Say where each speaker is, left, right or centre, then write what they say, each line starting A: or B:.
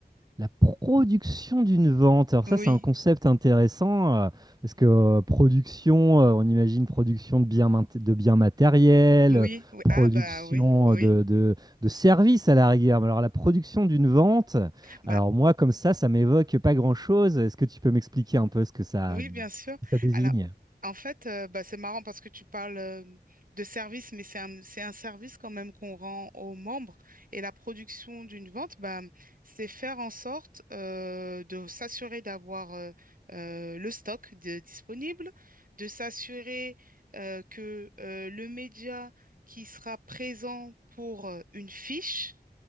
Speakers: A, on the right; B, on the right.
A: La production d'une vente. Alors
B: Oui,
A: ça, c'est un concept intéressant euh, parce que euh, production, euh, on imagine production de biens, mat- de biens matériels,
B: oui,
A: euh,
B: oui.
A: production
B: Ah bah oui, oui.
A: de, de, de services à la rigueur. Mais alors la production d'une vente,
B: Bah.
A: alors moi, comme ça, ça m'évoque pas grand-chose. Est-ce que tu peux m'expliquer un peu ce que ça,
B: Oui, bien sûr.
A: ce que ça désigne?
B: Alors, en fait, euh, bah, c'est marrant parce que tu parles euh, de service, mais c'est un, c'est un service quand même qu'on rend aux membres. Et la production d'une vente, bah, c'est faire en sorte euh, de s'assurer d'avoir euh, euh, le stock de- disponible, de s'assurer euh, que euh, le média qui sera présent pour euh, une fiche